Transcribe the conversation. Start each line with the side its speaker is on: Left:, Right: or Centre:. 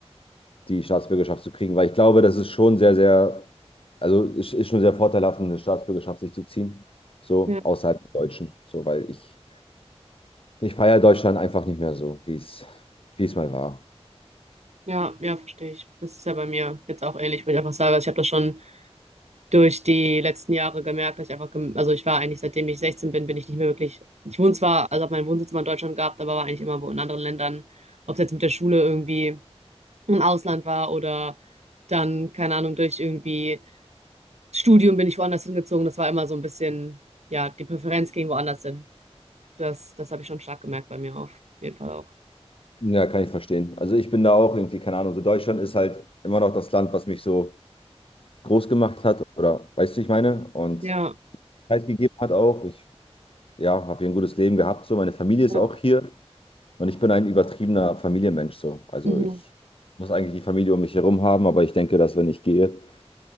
Left: die Staatsbürgerschaft zu kriegen, weil ich glaube, das ist schon sehr, sehr, also es ist schon sehr vorteilhaft, eine Staatsbürgerschaft sich zu ziehen, so
Right: Ja.
Left: außerhalb der Deutschen, so, weil ich, ich feiere Deutschland einfach nicht mehr so, wie es, wie es mal war.
Right: Ja, ja, verstehe ich. Das ist ja bei mir jetzt auch ähnlich, würde ich einfach sagen. Also ich habe das schon durch die letzten Jahre gemerkt, dass ich einfach, gem- also ich war eigentlich, seitdem ich 16 bin, bin ich nicht mehr wirklich, ich wohne zwar, also habe meinen Wohnsitz immer in Deutschland gehabt, aber war eigentlich immer wo in anderen Ländern, ob es jetzt mit der Schule irgendwie im Ausland war oder dann, keine Ahnung, durch irgendwie Studium bin ich woanders hingezogen. Das war immer so ein bisschen, ja, die Präferenz ging woanders hin. Das, das habe ich schon stark gemerkt bei mir auf jeden Fall auch.
Left: Ja, kann ich verstehen. Also ich bin da auch irgendwie, keine Ahnung, so Deutschland ist halt immer noch das Land, was mich so groß gemacht hat oder, weißt du, ich meine, und
Right: Ja,
Left: Zeit gegeben hat auch. Ich, ja, habe hier ein gutes Leben gehabt, so, meine Familie ist
Right: ja,
Left: auch hier. Und ich bin ein übertriebener Familienmensch so. Also
Right: mhm,
Left: ich muss eigentlich die Familie um mich herum haben, aber ich denke, dass wenn ich gehe,